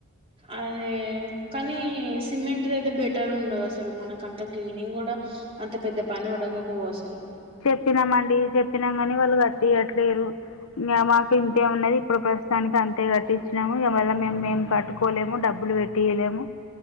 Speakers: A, on the right; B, on the left.
A: అదే కానీ సిమెంట్ది అయితే బెటర్ ఉండదు అసలు మనకంత క్లీనింగ్ కూడా అంత పెద్ద పని పడకపోవసలు
B: చెప్పినమండి చెప్పినం గానీ వాళ్ళు గట్టియట్లేరు ఇంగా మాకు ఇంతే ఉన్నది ఇప్పుడు ప్రస్తుతానికి అంతే కట్టిచ్చినాము ఇగ మళ్ళ మేం మేం కట్టుకోలేము డబ్ బ్బులు వెట్టియ్యలేము